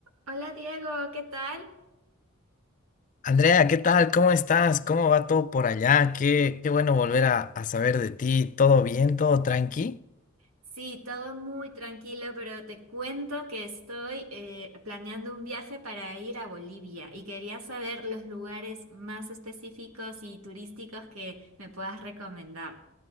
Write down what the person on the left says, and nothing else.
Andrea, ¿qué tal? ¿Cómo estás? ¿Cómo va todo por allá? Qué, qué bueno volver a, a saber de ti. ¿Todo bien? ¿Todo tranqui?